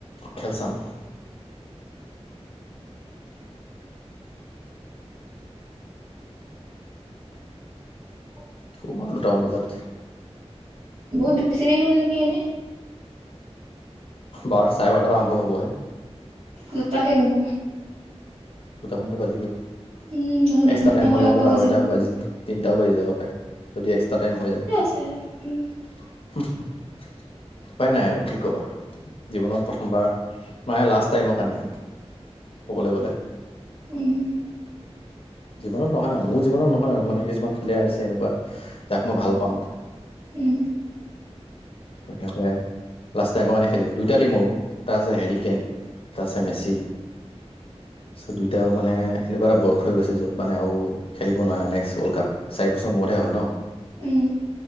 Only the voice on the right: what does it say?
হ <unintelligible>
বহুত বেছি দেৰি হ'ল নেকি এনে।
দুটাকে শেষ হ'ব।
উম তাৰপিছত টোপনি
আহোতে
আকৌ বাজিব
চ <unintelligible>
উম।
উম।
উম